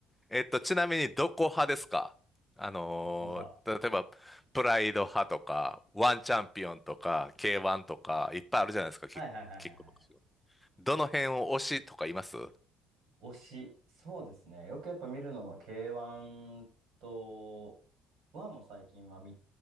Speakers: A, in the centre; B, on the right (about 55°).
A: えっと、ちなみにどこ派ですかあのー例えば、
B: どこ派。
A: プライド派とか、ワンチャンピオンとか、K1 とか、いっぱいあるじゃないですか、キック、
B: はいはいはいはいはい。
A: キックボクシング。どの辺を推しとかいます
B: 推し、そうですね。よくやっぱ見るのは K1 と、ワンも最近は見、